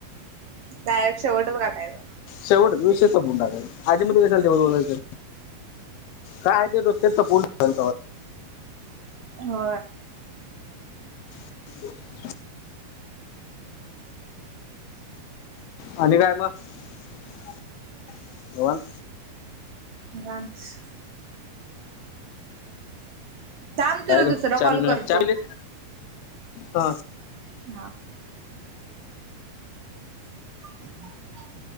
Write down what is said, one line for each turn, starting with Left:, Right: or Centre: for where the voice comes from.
Right: डायरेक्ट शेवटच काटायचं
Left: शेवच विशेषंडाकाल आजी मल तेव बघल काय ते ते तर पूर्ण
Right: हो
Left: <inaudible> आणि काय मगवण
Right: ब थांब तुला
Left: काय
Right: दुसरा
Left: चवी
Right: कॉल करतो
Left: चवी ह
Right: हा हम